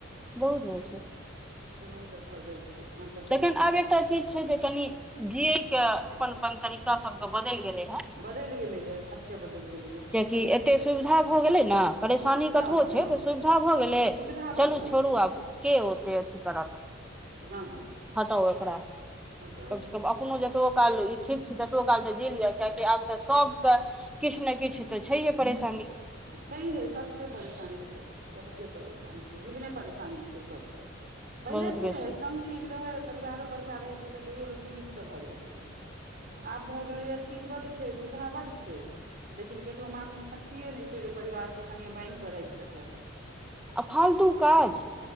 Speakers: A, in the centre; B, on the right (about 45°).
A: बहुत बस
B: सेहो सब भऽ जाइ छै तहन तऽ पकड़े
A: लखन आब एकटा चीज छै जे कनि जियै के अपन अपन तरीका सब के बदल गेले हे
B: बदैल गेलैै के बदलि गेलै ये
A: कियकि एते सुविधा भए गेलै ने परेशानी
B: हँ
A: कतबो छै
B: हँ
A: तऽ सुविधा भऽ गेलै
B: सुविधा बड
A: चलू
B: भऽ
A: छोड़ू
B: गेलैए
A: आब के ओते अथी करत
B: हँ
A: हँ तऽ ओ एकरा
B: हटाबैत
A: कम से कम कोनो जतबो काल ई ठीक छी ततबो काल तऽ जी ल यए कियकि आब तऽ सभ तऽ किछु ने किछु तऽ छैहे परेशानी
B: छैहे सबके परेशानी छै सबके परेशानी छै जीवने परेशानी छै सबके पहिले
A: बहुत
B: की
A: बेसी
B: रहै कम चीज रहै परिवारो बड़का रहै छलै तैयो लोकके नीकसँ भऽ जाइत छलै आब भए गेले ये चीज बड्ड छै सुविधा बड्ड छै लेकिन केकरो माछ मे शक्तिये ने छै जे परिवार के संगे बान्हि कऽ राखि सकै
A: आ फालतू काज